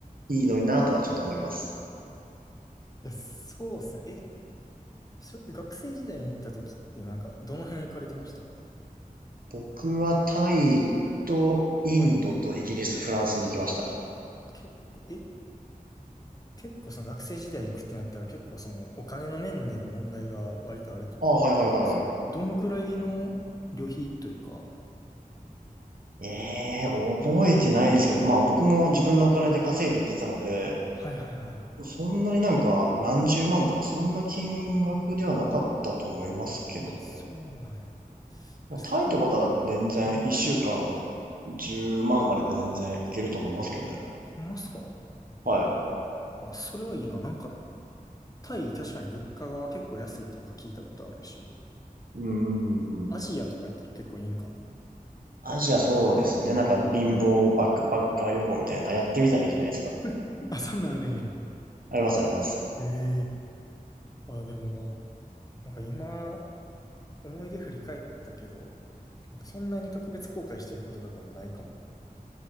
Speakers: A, on the right; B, on the left.
A: いいのになとはちょっと思います。
B: や、そうっすね。え、それ、学生時代に行った時ってなんか、どの辺行かれてましたは
A: 僕はタイとインドとイギリス、
B: いはい。
A: フランスに行きました。
B: あ、結構、え、結構その学生時代行くってなったら結構そのお金の面での問題が割とあると思うんですけど、
A: ああ、はいはいはいはい。
B: どんぐらいの旅費というか、
A: ええー、覚えてないですけど、まあ僕も自分のお金で稼いで行ってたので、
B: はいはいはい。
A: そんなになんか何十万とかそんな金額ではなかったと思いますけどね。
B: あ、そうなんや。で
A: もうタイってことは全然一週間
B: も最近、うん。
A: 10万あれば全然いけると思いますけどね。
B: あ、ほんますか
A: はい。
B: あ、それはいいな。なんか、タイ、確かに物価が結構安いってなんか聞いたことあるし、
A: うーん。
B: アジアとかやったら結構いいんかな。
A: アジアそうですね。なんか貧乏バックパッカー旅行みたいなやってみたらいいじゃないですか。
B: <laughs> あ、そんなんあるんや。
A: あります、あります。
B: ええあ、でもまあ、なんか今、思い出振り返ったけど、なんかそんなに特別後悔してることとかもないかも。